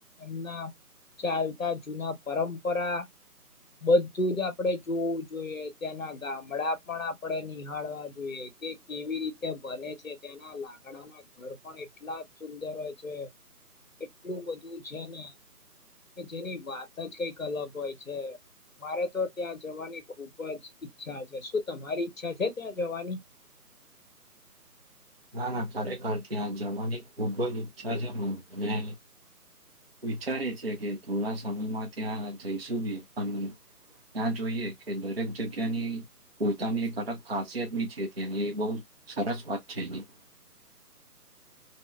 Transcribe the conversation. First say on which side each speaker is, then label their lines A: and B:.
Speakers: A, on the left; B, on the right.
A: એમના ચાલતા જૂના પરંપરા બધું જ આપણે જોવું જોઈએ. ત્યાંના ગામડા પણ આપણેે નિહાળવા જોઈએ. કે કેવી રીતે બને છે. તેના લાકડાના ઘર પણ એટલા જ સુંદર હોય છે. એટલું બધું છે ને કે જેની વાત જ કઈ અલગ હોય છે. મારે તો ત્યાં જવાની ખુબ જ ઈચ્છા છે શું તમારી ઈચ્છા છે ત્યાં જવાની? <inaudible>
B: ના ના કાર્યક ત્યાં જવાની ખુબ જ ઈચ્છાજનો બને વિચારે છે કે થોડા સમયમાં ત્યાં જઈશું બી અને ત્યાં જોઈએ કે દરેક જગ્યાની પોતાની એક અલગ ખાસિયત બી છે એ બહ સરસ વાત છેઠી જ.